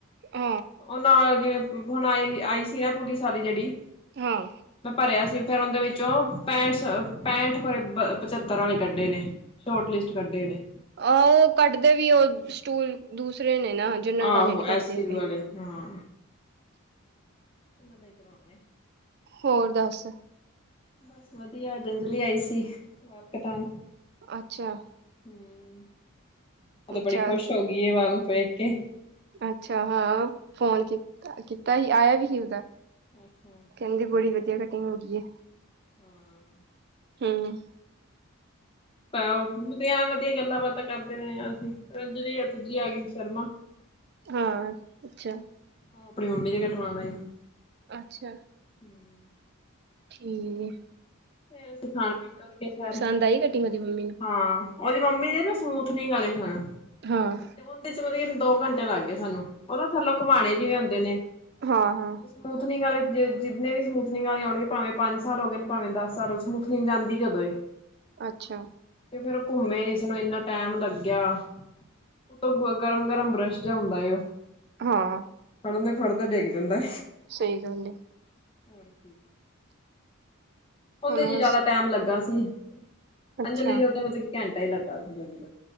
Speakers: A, on the right; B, on the left.
A: ਆ।
B: ਉਹ ਨਾਲ ਜਿਵੇਂ, ਹੁਣ ਆਏ, ਆਈ ਸੀ ਨਾ ਪੁਲਿਸ ਵਾਲੀ ਜਿਹੜੀ
A: ਹਾਂ
B: ਮੈਂ ਭਰਿਆ ਸੀ, ਫਿਰ ਉਂਹਦੇ ਵਿੱਚੋਂ ਪੈਂਠਸ, ਪੈਂਠ ਖਰੇ ਪਚ੍ਹੱਤਰ ਵਾਲੇ ਕੱਢੇ ਨੇ, ਸ਼ੋਰਟ ਲਿਸਟ ਕੱਢੇ ਨੇ।
A: ਆਹ, ਉਹ ਕੱਢਦੇ ਵੀ ਉਹ ਸਟੂਲ ਦੂਸਰੇ ਨੇ ਨਾ। ਜਨਰਲ
B: ਆਂਹੋ,
A: ਵਾਲੇ ਨੀ ਕੱਢਦੇ
B: ਐਸੀ
A: ਹੈਗੇ
B: ਵਾਲੇ ਹਾਂ। ਕਰਾਂਦੇ, ਕਰਾਉਣਾ
A: ਹੋਰ ਦੱਸ?
B: ਬਸ ਵਧੀਆ। ਅੱਜ ਅਂਜਲੀ ਆਈ ਸੀ, ਵਾਲ ਕਟਾਣ।
A: ਅੱਛਾ।
B: ਹੂੰ, ਓਹ ਤੇ
A: ਅੱਛਾ
B: ਬੜੀ ਖੁਸ਼ ਹੋ ਗਈ ਏ, ਵਾਲ ਵੇਖਕੇ।
A: ਅੱਛਾ, ਹਾਂ ਫੋਨ ਕੀੱਤਾ, ਕੀਤਾ ਹੀ, ਆਇਆ ਵੀ ਸੀ ਉਸਦਾ।
B: ਅੱਛਾ।
A: ਕਹਿੰਦੀ ਬੜੀ ਵਧੀਆ ਕਟਿੰਗ ਹੋ ਗਈ ਏ।
B: ਹਾਂ।
A: ਹੂੰ।
B: ਪ ਉਹ ਐ ਵਧੀਆ ਗੱਲਾਂ-ਬਾਤਾਂ ਕਰਦੇ ਰਹੇ ਹਾਂ ਅਸੀਂ, ਰੱਜੀ-ਪੁੱਜੀ ਆਈ ਸੀ ਸ਼ਰਮਾ। <inaudible>
A: ਹਾਂ, ਅੱਛਾ।
B: ਉਹ, ਆਪਣੀ ਮੰਮੀ ਦੇ ਕਟਵਾਣ ਆਈ।
A: ਅੱਛਾ।
B: ਹਮ। <inaudible>
A: ਠੀਕ ਏ।
B: ਫਿਰ ਅਸੀਂ ਖਾਣ-ਪੀਣ ਤੁਰ ਗਏ ਸ਼ਹਿਰ,
A: ਪਸੰਦ ਆਈ ਕਟਿੰਗ ਉਹਦੀ ਮੰਮੀ ਨੂੰ
B: ਹਾਂ ਉਹਦੀ ਮੰਮੀ ਦੇ ਨਾ ਸਮੂਥਨਿੰਗ ਵਾਲੇ ਸਣ।
A: ਹਾਂ।
B: ਤੇ ਉਹਦੇ'ਚ ਮਤਲਬ ਕਿ ਦੋ-ਘੰਟੇ ਲੱਗ ਗਏ ਸਾਨੂੰ, ਉਹ ਨਾ ਥੱਲੋ ਘੁਮਾਣੇ ਜਿਵੇਂ ਹੂੰਦੇ ਨੇ।
A: ਹਾਂ ਹਾਂ
B: ਸਮੂਥਨਿਂਗ ਵਾਲੇ, ਜਿੰਨੇ ਵੀ ਸਮੂਥਨਿਂਗ ਵਾਲੇ ਆਉਣਗੇ ਭਾਵੇਂ ਪੰਜ-ਸਾਲ ਹੋ ਗਏ ਨੇ, ਭਾਵੇਂ ਦੱਸ ਸਰਲ ਸਮੁਥਨੀਂਗ ਜਾਂਦੀ ਕਦੋਂ ਏ?
A: ਅੱਛਾ।
B: ਤੇ ਫਿਰ ਉਹ ਘੁੰਮੇ, ਈਸਨੂੰ ਇੰਨਾ ਟੈਮ ਲੱਗਿਆ, ਉਤੋਂ ਗਰਮ-ਗਰਮ ਬਰੱਸ਼ ਜਾਂ ਹੁੰਦਾ ਏ, ਉਹ।
A: ਹਾਂ।
B: ਫੜਨੇ, ਫੜਦੇ ਡਿੱਗ ਜਾਂਦਾ।
A: ਸਹੀ ਗੱਲ ਏ।
B: ਹੋਰ ਕੀ। ੳਦੇ
A: ਹੁਣ
B: ਚ
A: ਬਸ
B: ਜਿਆਦਾ ਟਾਈਮ ਲੱਗਾ ਸੀ
A: ਅੱਛਾ
B: ਅੰਜਲੀ ਨੂੰ ਤੇ ਮਤਲਬ ਕਿ ਘੰਟਾ ਹੀ ਲੱਗਾ ਸੀ।